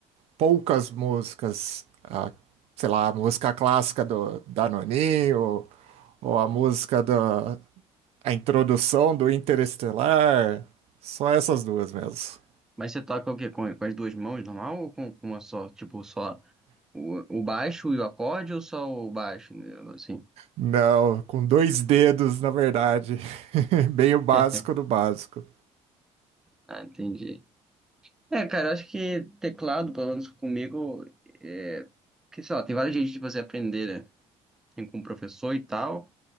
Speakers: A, on the right; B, in the centre.
A: poucas músicas, ah, sei lá, a música clássica do Danoninho, ou ou a música da a introdução do Interestelar. Só essas duas mesmo.
B: Mas você toca o quê? Com, com as duas mãos, normal? Ou com, com uma só? Tipo, só o, o baixo e o acorde ou só o baixo? né, Assim.
A: Não, com dois dedos, na verdade. <laughs> Bem o básico
B: <laughs>
A: do básico.
B: Ah, entendi. É, cara, eu acho que teclado, pelo menos comigo, é... que, sei lá, tem vários jeitos de você aprender, né? Tem com o professor e tal.